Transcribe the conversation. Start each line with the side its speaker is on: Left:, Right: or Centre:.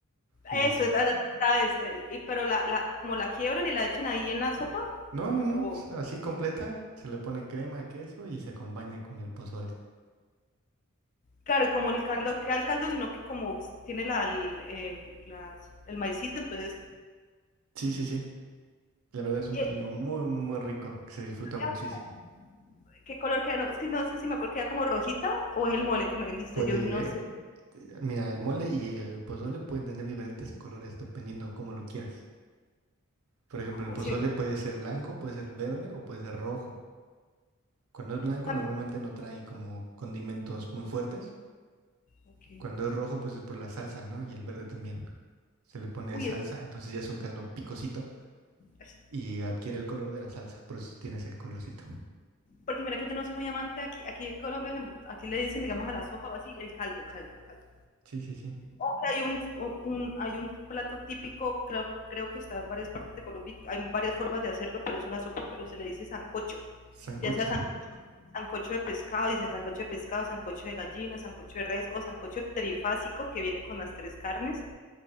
Right: y
Left: Eso,
Right: haces.
Left: la tostada, este, y- pero la, la, como la quiebran y la echan ahí en la sopa
Right: No, no,
Left: o
Right: no, así completa, se le pone crema, queso y se acompaña con el pozole.
Left: Claro, y como el caldo queda el caldo, sino que como tiene la, el, eh, las- el maicito, entonces.
Right: Sí, sí, sí. La verdad es un
Left: eh,
Right: platillo muy, muy, muy rico, que se disfruta
Left: queda
Right: muchísimo.
Left: como- ¿Qué color queda? No, es que no sé si me acuerdo, queda como rojita o es el mole que me he visto.
Right: Puede,
Left: Yo no sé.
Right: eh, mira, el mole y el pozole pueden tener diferentes colores dependiendo cómo lo quieras. Por ejemplo, el
Left: O
Right: pozole
Left: si-
Right: puede ser blanco, puede ser verde o puede ser rojo. Cuando es blanco
Left: también-
Right: normalmente no trae como condimentos muy fuertes.
Left: okay.
Right: Cuando es rojo pues es por la salsa, ¿no? Y el verde también. Se le pone
Left: Uy,
Right: salsa,
Left: es-
Right: entonces ya es un caldo picosito
Left: es-
Right: y adquiere el color de la salsa, por eso tiene ese colorcito.
Left: porque mira que yo no soy muy amante aquí, aquí en Colombia, aquí le dicen, digamos, a la sopa o así, el caldo, caldo, caldo.
Right: Sí, sí, sí.
Left: O que hay un, un- hay un plato típico, creo, creo que está en varias partes de Colombia, hay varias formas de hacerlo, pero es una sopa, pero se le dice sancocho.
Right: Sancocho.
Left: ya sea sancocho, sancocho de pescado, dicen sancocho de pescado, sancocho de gallina, sancocho de res o sancocho trifásico que viene con las tres carnes,